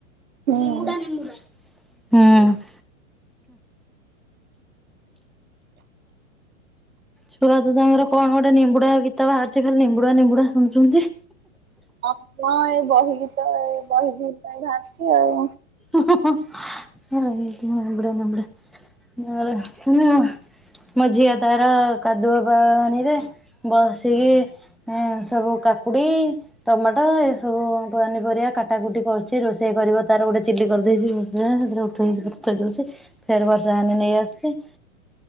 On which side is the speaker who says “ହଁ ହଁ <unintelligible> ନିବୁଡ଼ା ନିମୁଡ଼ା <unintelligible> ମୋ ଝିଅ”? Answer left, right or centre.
Centre